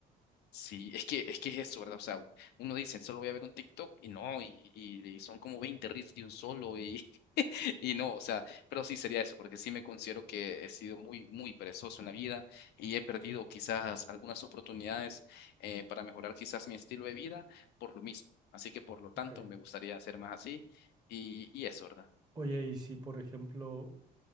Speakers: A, on the left; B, on the right.
A: Sí, es que es que es eso, ¿verdad? O sea, uno dice, solo voy a ver un TikTok y no, y, y- y son como 20 reels de un solo y, <laughs> y no, o sea, pero sí sería eso, porque sí me considero que he sido muy, muy perezoso en la vida y he perdido quizás algunas oportunidades eh, para mejorar quizás mi estilo de vida por lo mismo. Así que por lo tanto
B: Ok.
A: me gustaría ser más así y, y eso, ¿verdad?
B: Oye, y si, por ejemplo,